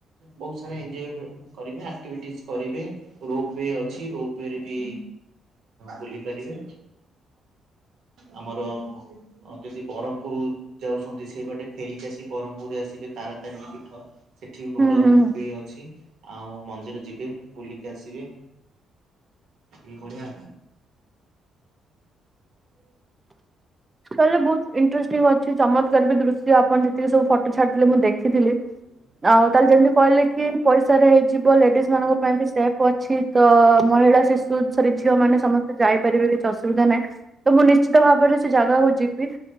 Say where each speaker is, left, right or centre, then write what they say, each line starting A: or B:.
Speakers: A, on the right (about 70°); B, on the right (about 20°).
A: ବହୁତ ସାରା ଏନଜୟ କରିବେ, ଆକ୍ଟିଭିଟିସ୍ କରିବେ। ରୋପୱେ ଅଛି ରୋପୱେ ରେ ବି ବୁଲି ପାରିବେ। ଆମର ଅ, ଯଦି ବରମପୁର ଯାଉଛନ୍ତି ସେଇ ବାଟେ ଫେରିକି ଆସି ବରମପୁରରେ ଆସିବେ ତାରାତାରିଣୀ ପୀଠ ସେଠି ବି
B: ହୁଁ
A: ଭଲ
B: ହୁଁ
A: ରୁପ୍
B: ହୁଁ
A: ୱେ ଅଛି। ଆଉ ମନ୍ଦିର ଯିବେ ବୁଲିକି ଆସିବେ। ଏ ଭଳିଆ
B: ତାହାଲେ ବହୁତ ଇଂଟରେଷ୍ଟିଙ୍ଗ ଅଛି, ଚମତ୍କାର ବି ଦୃଶ୍ୟ ଆପଣ ଯେତିକି ସବୁ ଫଟୋ ଛାଡିଥିଲେ ମୁଁ ଦେଖିଥିଲି।
A: ହୁଁ।
B: ଆଉ ତାହେଲେ ଯେମିତି କହିଲେ କି ପଇସା ରେ ହେଇଯିବ, ଲେଡିସ୍ ମାନଙ୍କ ପାଇଁ ବି ସେଫ୍ ଅଛି। ତ ମହିଳା ଶିଶୁ ସରି ଝିଅ ମାନେ ସମସ୍ତେ ଯାଇପାରିବେ କିଛି ଅସୁବିଧା ନାହିଁ। ତ ମୁଁ ନିଶ୍ ଶ୍ଚିତ ଭାବରେ ସେ ଜାଗାକୁ ଯିବି।